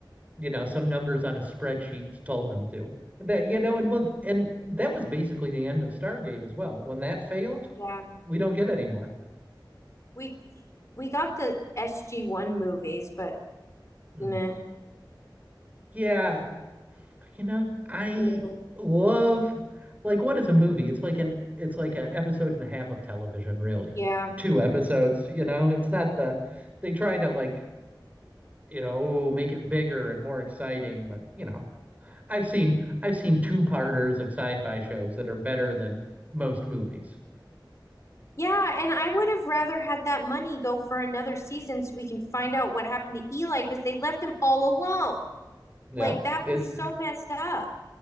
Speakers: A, on the right; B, on the left.
A: you know, some numbers on a spreadsheet told them to. That, you know, and well, and that was basically the end of Stargate as well. When that failed,
B: Yeah.
A: we don't get any more.
B: We we got the SG-1 movies, but
A: Mm.
B: nah,
A: Yeah, You know, I
B: no.
A: love like what is a movie? It's like an it's like an episode and a half of television, really.
B: Yeah.
A: Two episodes, you know. It's not the they try to like, you know, oh, make it bigger and more exciting, but you know, I've seen I've seen two-parters of sci-fi shows that are better than most movies.
B: Yeah, and I would have rather had that money go for another season so we can find out what happened to Eli because they left him all alone.
A: Yeah.
B: Like that
A: It's
B: was so messed up.